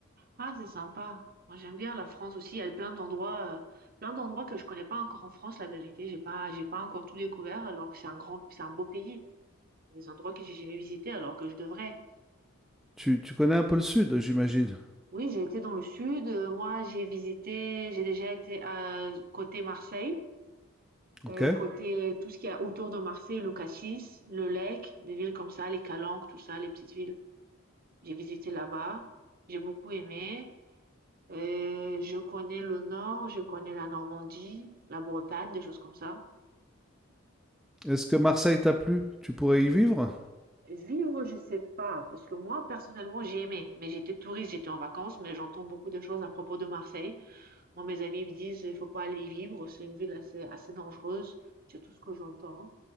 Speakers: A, on the right; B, in the centre.
A: Ah, c'est sympa. Moi, j'aime bien la France aussi. Il y a plein d'endroits, euh, plein d'endroits que je connais pas encore en France, la vérité. J'ai pas, j'ai pas encore tout découvert, alors que c'est un grand, c'est un beau pays. Il y a des endroits que j'ai jamais visités, alors que je devrais.
B: Tu tu connais un peu le sud, j'imagine?
A: Oui, j'ai été dans le sud. euh, Moi, j'ai visité, j'ai déjà été à côté Marseille,
B: OK.
A: euh, côté euh, tout ce qu'il y a autour de Marseille, le Cassis, le Lec, des villes comme ça, les Calanques, tout ça, les petites villes. J'ai visité là-bas. J'ai beaucoup aimé. Et je connais le nord, je connais la Normandie, la Bretagne, des choses comme ça.
B: Est-ce que Marseille t'a plu? Tu pourrais y vivre?
A: Vivre, je sais pas, parce que moi, personnellement, j'ai aimé. Mais j'étais touriste, j'étais en vacances, mais j'entends beaucoup de choses à propos de Marseille. Moi, mes amis me disent, il faut pas aller y vivre, c'est une ville assez, assez dangereuse. C'est tout ce que j'entends. hein.